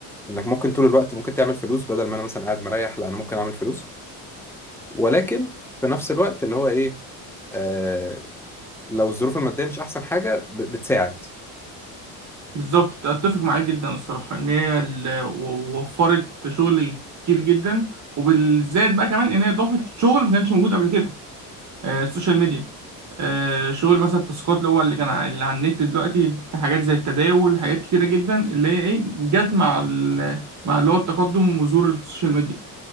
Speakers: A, in the centre; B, on the right.
A: انك ممكن طول الوقت ممكن تعمل فلوس بدل ما انا مثلا قاعد مريح لا انا ممكن اعمل فلوس ولكن في نفس الوقت اللي هو ايه آه لو الظروف المادية مش احسن حاجة ب- بتساعد
B: بالظبط اتفق معاك جدا الصراحه ان هي ال- و- وفرت شغل كتير جدا وبالذات بقى كمان ان هي ضافت شغل ما كانش موجود قبل كده آه، السوشيال ميديا آه، شغل مثلا التاسكات اللي هو اللي كان ع- اللي على النت دلوقتي حاجات زي التداول حاجات كتيره جدا اللي هي ايه جت مع ال- مع اللي هو التقدم وظهور السوشيال ميديا